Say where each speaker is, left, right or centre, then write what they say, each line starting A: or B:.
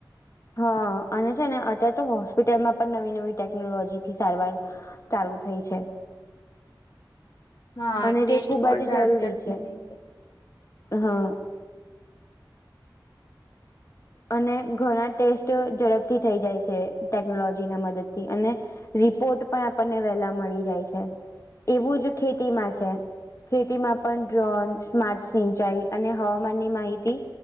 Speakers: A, on the left; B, on the left.
A: હા અને છે ને અત્યારે તો હોસ્પિટલમાં પણ નવી નવી ટેકનોલોજી થી સારવાર ચાલુ થઈ છે
B: હા
A: અને
B: ટેસ્ટ
A: જે ખૂબ
B: પણ
A: જ
B: ઝડ
A: જરૂરી
B: ઝડપી
A: છે
B: થઈ જાય
A: હા અને ઘણા ટેસ્ટ ઝડપથી થઇ જાય છે ટેકનોલોજી ના મદદથી અને રિપોર્ટ પણ આપણને વેલા મળ જાય છે એવું જ ખેતીમાં છે ખેતીમાં પણ ડ્રોન સ્માર્ટ સિંચાઈ અને હવામાનની માહિતી